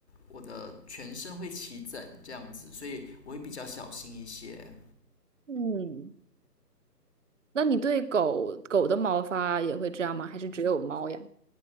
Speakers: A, on the left; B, on the right.
A: 我的全身会起疹这样子，所以我会比较小心一些。
B: 嗯，那你对狗狗的毛发也会这样吗？还是只有猫呀？